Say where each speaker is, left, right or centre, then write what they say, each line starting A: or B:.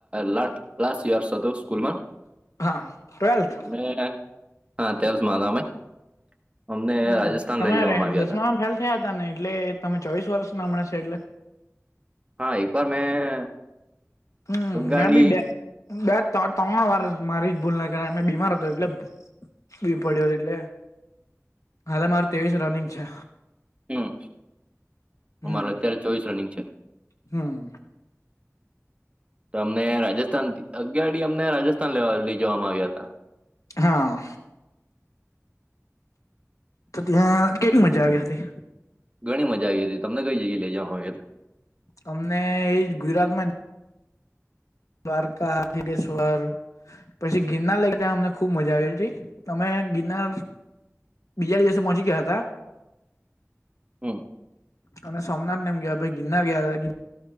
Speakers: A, on the right; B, on the left.
A: લ લાસ્ટ યર્સ હતું. સ્કૂલમાં
B: હા ટ્વેલ્થ
A: મેં હા તેલસ મા હતા અમે. અમને
B: હમ
A: રાજસ્થાન
B: તમે
A: લઈ જવામાં આવ્યા
B: દસમામાં
A: હતા.
B: ફેલ થયા હતા ને એટલે તમે ચોવીસ વર્ષ ના હમણાં છે એટલે.
A: હા એક વાર મેં.
B: હમ
A: અગાડી
B: મે બી બે, બે - ત્રણ વાર મારી જ ભૂલ ના કર બીમાર હતો એટલે. બી પડ્યો એટલે હાલે મારું તવીસ રનિંગ છે.
A: હમ અમારે
B: હમ
A: અત્યારે ચોવીસ રનિંગ છે.
B: હમ.
A: તો અમને રાજસ્થાન અગયડી અમને રાજસ્થાન લેવા લઈ જવામાં આવ્યા હતા.
B: હા. તો ત્યાં કેક મજા આવી હતી.
A: ઘણી મજા આવી હતી. તમને કઈ જગ્યા લઈ જવામાં આવ્યા
B: અમને એ ગુજરાતમાં જ દ્વાર કા ચિત્રેજ્ઞવર. પછી ગિરનાર લઈ ત અમને ખુબ મજા આવી હતી તમે ગિરનાર. બીજા દિવસે મોહચી ગયા હતા.
A: હમ
B: અને સોમનાથને એમ ગયા ભાઈ ગિરનાર ગયા હતા.